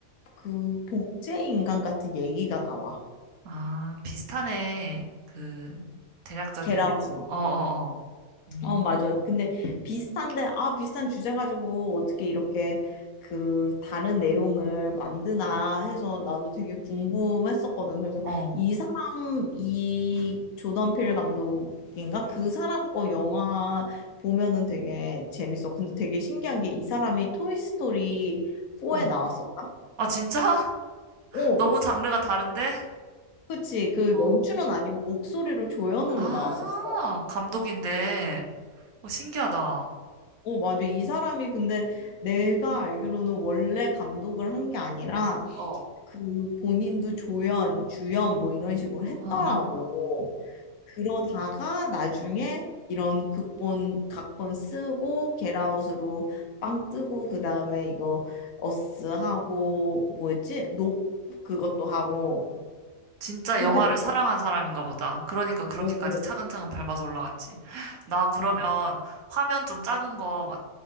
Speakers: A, on the left; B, on the right.
A: 그 복제 인간 같은 얘기가 나와.
B: 아, 비슷하네. 그, 대략적인.
A: 겟아웃
B: 어, 어, 어. 음,
A: 어, 맞아. 근데 비슷한데, 아, 비슷한 주제 가지고 어떻게 이렇게 그 다른 내용을 만드나 해서 나도 되게 궁금했었거든. 그래서
B: 어,
A: 이 사람, 이 조던 필 감독인가? 그 사람 거 영화 보면은 되게 재밌어. 근데 되게 신기한 게 이 사람이 토이스토리 4에
B: 어.
A: 나왔었다?
B: 아, 진짜? <laughs>
A: 오,
B: 너무 장르가 다른데?
A: 그치. 그
B: 어,
A: 연출은 아니고 목소리로 조연으로
B: 아,
A: 나왔었어.
B: 감독인데. 어, 신기하다.
A: 어, 맞아. 이 사람이 근데 내가 알기로는 원래 감독을 한 게 아니라
B: 어,
A: 그 본인도 조연, 주연 뭐 이런 식으로 했더라고.
B: 아,
A: 그러다가 나중에 이런 극본, 각본 쓰고 겟아웃으로 빵 뜨고 그다음에 이거 어스 하고 뭐였지? 높 그것도 하고
B: 진짜
A: 그렇게
B: 영화를
A: 된
B: 사랑한
A: 거.
B: 사람인가 보다. 그러니까 그렇게까지
A: 어,
B: 차근차근 밟아서 올라갔지. <gasps> 나 그러면
A: 어, 맞아.
B: 화면 좀 작은 거, 막,